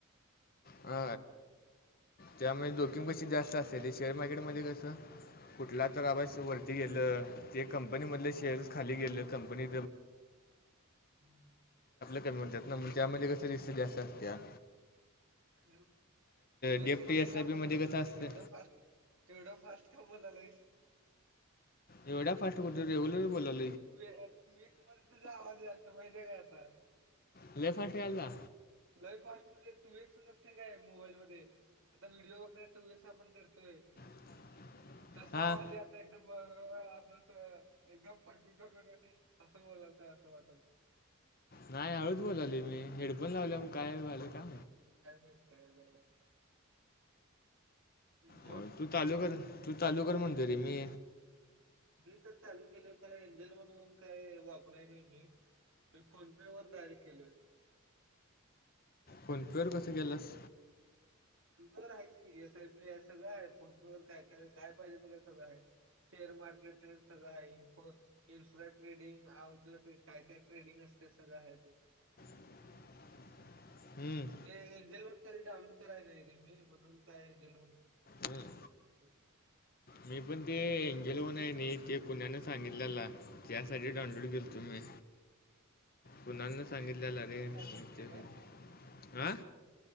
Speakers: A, on the left; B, on the right.
A: हा त्यामुळे जोखीम कशी जास्त असते. ते शेअर मार्केटमध्ये कसं कुठला तर आवाज वरती गेलं. ते कंपनी मधले शेअर्स कंपनी
B: <inaudible>
A: म्हणत्यात न त्यामध्ये कसं <unintelligible> असतीया.
B: हॅलो तू एक्स
A: डेप्ट
B: मध्ये
A: एस
B: का
A: आय बीमध्ये
B: बोलाय लागले
A: कसं
B: सगळे
A: असतं
B: एवढं फास्ट तेवढ फास्ट का बोलाय लागलय.
A: एवढ्या फास्ट कुठं, रेगुलर बोलाय लागलू.
B: तू तू एक्स मध्ये तुझा आवाज यायल लागलं माहितीे काय आता.
A: लय फास्ट यायला
B: तुला ही फास्ट मध्ये <unintelligible> काय मोबाईल मध्ये. आता व्हिडिओ वगैरे टू एस आपण करतोय.
A: <inaudible>
B: तसा
A: हां
B: आवाज ये आता एकदम <unintelligible> <unintelligible> तसं बोलताय हे असं वाटत.
A: नाही हळूच बोलावले मी हेडफोन लावल्या म्हणून काय व्हायला का?
B: काय माहित काय झालं. बोल
A: हो, तू चालू कर, तू चालू कर म्हणतो रे मी.
B: मी तर चालू केलं पर एंजल म्हणून काय वापराय नाही मी. मी फोन पे डायरेक्ट केले..
A: फोन पे वर कसा गेलास?
B: फोन पर आहेस की एस. आय. पी सगळं आहे. फोन पर का, काय, काय पाहिजे तुला सगळं आहे. शेअर मार्केटवर सगळं आहे. इ्फ infra trading, how the training, काय काय ट्रेडिंग अस ते सगळं आहे ते.
A: <inaudible> हम्म,
B: ते <unintelligible> ते डाउनलोड कराय लागलोय मी म्हणून काय ते
A: हम्म.
B: <unintelligible>
A: मी पण ते एंजल वन हे ते कुण्यान सांगितलेला. त्यासाठी डाउनलोड केलत मी. कुणाल ना सांगितलेलं
B: रेफर केल्यावर
A: रे
B: काय भेटते
A: ते होय.
B: काय
A: आ